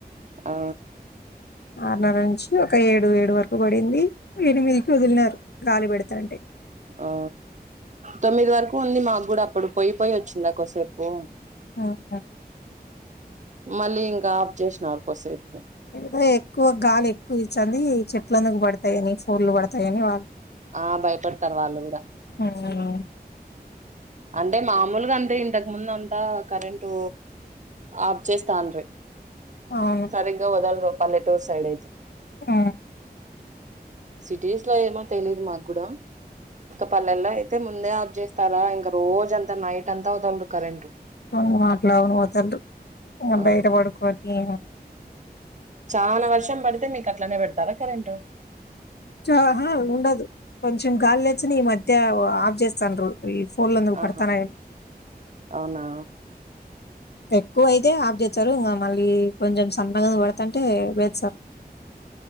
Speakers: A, on the right; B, on the left.
A: ఆ
B: ఆరున్నర నుంచి ఒక ఏడు ఏడు వరకు పడింది ఎనిమిదికి వదిలినారు గాలి పెడతంటే
A: ఆ తొమ్మిది వరకు ఉంది మాకు కూడా అప్పుడు పోయి పోయి వచ్చిందా కోసేపు
B: ఉహు
A: మళ్ళీ ఇంకా ఆఫ్ చేసినారు కొద్దిసేపు
B: ఇంకా ఎక్కువ గాలి ఎక్కువ ఇచ్చంది చెట్లందుకు పడతాయని ఫోర్లు పడతాయని వాళ్ళు
A: ఆ భయపడతారు వాళ్ళు కూడా
B: హ్మ్.
A: అంటే మామూలుగా అంటే ఇంతకు ముందు అంతా కరెంటు ఆప్ చేేస్తాన్ రీ
B: అవును
A: సరిగ్గా వాదలారు పల్లెటూర్ సైడ్ అయితే
B: ఆ
A: సిటీస్ లో ఏమో తెలియదు మాకు కూడా ఇంకా పల్లెల్లో అయితే ముందే అ చేస్తారా ఇంక రోజ్ అంతా నైట్ అంతా ఓడల్దు కరెంట్
B: కొ మాట్లాడంది ఓడల్దు ఉ
A: ఆ
B: బయట పడుకొని
A: చానా వర్షం పడితే మీకు అట్లనే పెడతారా కరెంటు
B: చానా ఉండదు కొంచెం గాలి లేచిని ఈ మధ్య ఆఫ్ చేస్తాండ్రు ఈ ఫోన్లందుకు
A: ఆహా
B: పడ్తానయి
A: అవునా
B: ఎక్కువ అయితే ఆఫ్ చేస్తారు ఇంకా మళ్ళీ కొంచెం సన్నగా పెడతంటే వేస్తారు